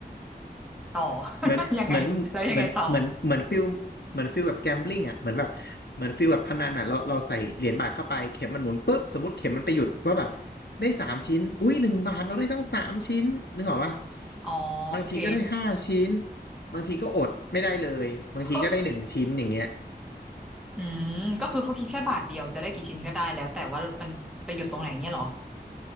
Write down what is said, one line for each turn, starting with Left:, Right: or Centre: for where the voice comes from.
Centre: ต่อ <laughs>
Left: เหมือนเหมือนเหมือนเหมือนเหมือนฟิลเหมือนฟิลแบบแกมบลิ
Centre: ยังไงแล้วยังไงต่อ
Left: n งอ่ะเหมือนแบบเหมือนฟิลแบบพนันอ่ะเราเราใส่เหรียญบาทเข้าไปเข็มมันหมุนปุ๊บสมมติเข็มมันไปหยุดว่าแบบได้สามชิ้นอุ้ยหนึ่งบาทเราได้ทั้งสามชิ้นนึกออกปะ
Centre: อ๋อโอเค
Left: บางทีก็ได้ห้าชิ้นบางทีก็อดไม่ได้เลยบางทีก็ได้หนึ่งชิ้นอย่างเงี้ย
Centre: <laughs> อืมก็คือเขาคิดแค่บาทเดียวจะได้กี่ชิ้นก็ได้แล้วแต่ว่ามันไปหยุดตรงไหนเงี้ยเหรอ